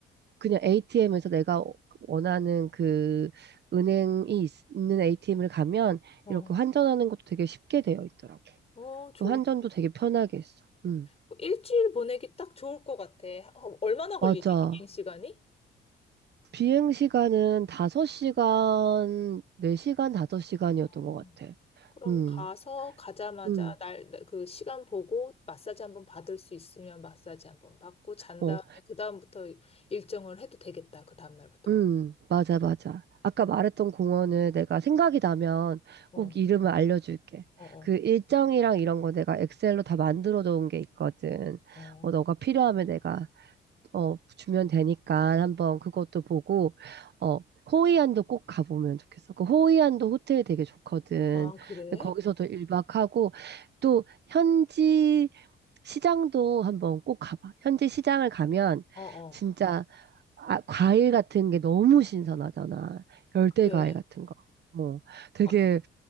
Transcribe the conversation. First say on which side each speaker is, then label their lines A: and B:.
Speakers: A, on the right (about 60°); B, on the left (about 30°).
A: 그냥 ATM에서 내가 원하는 그 은행이 있- 있는 ATM을 가면
B: 어,
A: 이렇게 환전하는 것도 되게 쉽게 되어 있더라고.
B: 어, 좋은데?
A: 환전도 되게 편하게 했어. 음,
B: 뭐 일주일 보내기 딱 좋을 것 같아. 어, 얼마나 걸리지?
A: 맞아.
B: 비행 시간이?
A: 비행 시간은 다섯 시간 네 시간 다섯 시간이었던
B: 어,
A: 것 같아.
B: 그럼
A: 음,
B: 가서 가자마자
A: 음,
B: 날 그 시간 보고 마사지 한번 받을 수 있으면 마사지 한번 받고 잔
A: 어,
B: 다음에 그 다음부터 일정을 해도 되겠다. 그 다음 날부터.
A: 음, 맞아, 맞아. 아까 말했던 공원을 내가 생각이 나면
B: 어,
A: 꼭 이름을 알려줄게.
B: 어, 어,
A: 그 일정이랑 이런 거 내가 엑셀로 다 만들어 놓은 게 있거든.
B: 어.
A: 어, 너가 필요하면 내가 어, 주면 되니까 한번 그것도 보고, 어, 호이안도 꼭 가보면 좋겠어. 그 호이안도 호텔 되게 좋거든.
B: 아, 그래?
A: 근데 거기서도 1박하고, 또 현지 시장도 한번 꼭 가봐. 현지 시장을 가면
B: 어어,
A: 진짜 아, 과일 같은 게 너무 신선하잖아. 열대
B: 그래?
A: 과일 같은 거. 뭐 되게
B: 아,